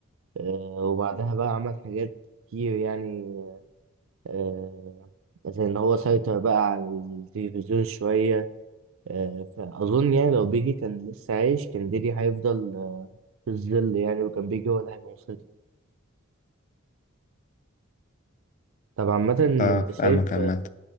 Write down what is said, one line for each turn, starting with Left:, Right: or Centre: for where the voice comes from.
Right: آه... وبعدها بقى عمل حاجات كتير يعني آه... زي ان هو سيطر بقى على التلفزيون شوية آه... فاظن يعني لو بيجي كان لسه عايش كان ديدي هيفضل في الظل يعني وكان بيجي هو اللي هيبقى مسيطر طب عامة
Left: اه
Right: انت
Left: فاهمك
Right: شايف
Left: عامة